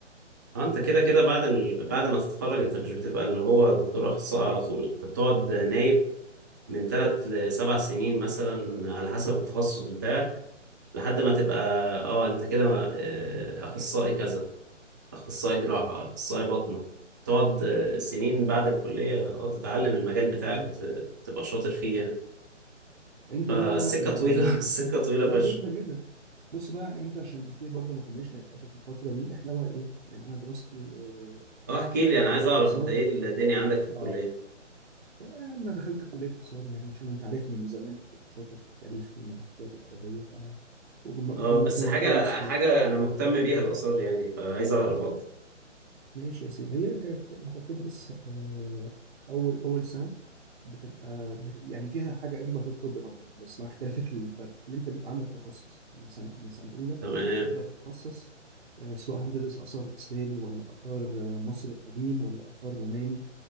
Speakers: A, on the right; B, on the right.
A: اه انت كده كده بعد ال... بعد ما تتخرج انت مش بتبقى اللي هو دكتور اخصائي على طول انت بتقعد نايب من ثلاث لسبع سنين مثلا على حسب التخصص بتاعك لحد ما تبقى اه انت كده ما- اه، اخصائي كذا اخصائي
B: كويس
A: جراحة اخصائي باطنة بتقعد اه، سنين بعد الكلية اه تتعلم المجال بتاعك
B: اه
A: وتبقى شاطر فيه يعني.
B: انت
A: فالسكة
B: بقى يعني
A: طويلة <laughs> السكة طويلة
B: لا
A: فشخ
B: جدا جدا بص بقى انت عشان اكيد برضو ما كناش بنتقابل في الفترة دي احنا بقى ايه يعني انا دراستي آه،
A: اه احكي لي
B: في
A: انا
B: كلية
A: عايز اعرف
B: آثار
A: انت ايه الدنيا عندك في الكلية
B: اه طب يا عم انا دخلت كلية آثار يعني عشان انت عارفني من زمان كنت شاطر في التاريخ والحاجات الأدبية ف وكنت
A: اه بس
B: مجموعي
A: حاجة
B: كويس كمان
A: حاجة انا مهتم بيها الآثار يعني فعايز اعرف
B: اه
A: اكتر
B: ماشي يا سيدي هي كانت انت بتدرس آه، اول اول سنه بتبقى بت يعني فيها حاجه اشبه بالطب طبعا بس مع اختلاف الفرق اللي انت بيبقى عندك تخصص من سنه من سنه اولى
A: تمام
B: تقدر تتخصص آه، سواء هتدرس اثار اسلامي ولا اثار آه، مصري قديم ولا اثار روماني